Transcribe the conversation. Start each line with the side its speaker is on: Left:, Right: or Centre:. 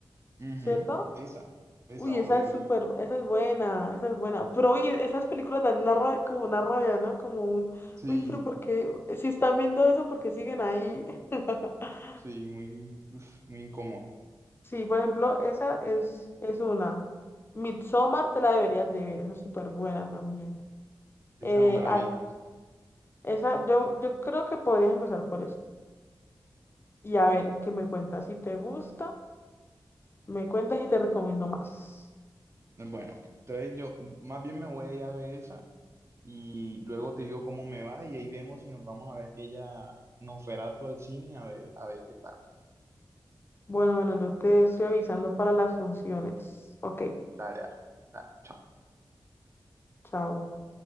Right: ujú,
Left: ¿cierto?
Right: esa, esa,
Left: Uy,
Right: horrible.
Left: esa es súper, esa es buena, esa es buena. Pero uy, esas películas dan una rabia- como una rabia, ¿no? Como un,
Right: Sí,
Left: uy, pero ¿por qué? Si están viendo eso, ¿por qué siguen ahí? <laughs>
Right: sí, muy, uf, muy incómodo.
Left: Sí, por ejemplo, esa es, es una. Midsommar te la deberías de ver, esa es súper buena también.
Right: Esa
Left: Eh,
Right: no me la
Left: ah,
Right: vi.
Left: esa, yo, yo creo que podrías empezar por eso. Y a ver, ¿qué me cuentas? Si te gusta, me cuentas y te recomiendo más.
Right: Bueno, entonces yo más bien me voy a ir a ver esa. y luego te digo cómo me va y ahí vemos si nos vamos a ver aquella Nosferatu al cine a ver, a ver qué tal.
Left: Bueno, bueno, yo te estoy avisando para las funciones. Ok,
Right: Dale, dale, dale, chao.
Left: chao.